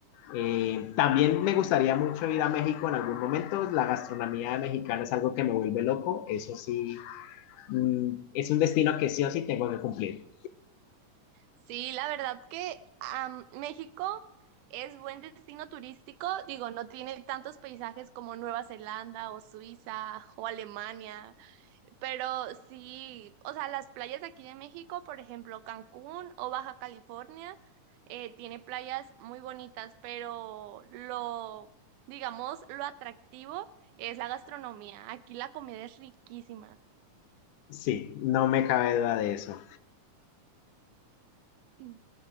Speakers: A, on the left (about 80°); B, on the right (about 80°).
A: Eh, también me gustaría mucho ir a México en algún momento. La gastronomía mexicana es algo que me vuelve loco. Eso sí, mm, es un destino que sí o sí tengo que cumplir.
B: Sí, la verdad que am, México es buen destino turístico, digo, no tiene tantos paisajes como Nueva Zelanda o Suiza o Alemania, Pero sí, o sea, las playas de aquí de México, por ejemplo, Cancún o Baja California, eh, tiene playas muy bonitas, pero lo, digamos, lo atractivo es la gastronomía. Aquí la comida es riquísima.
A: Sí, no me cabe duda de eso.
B: Mm.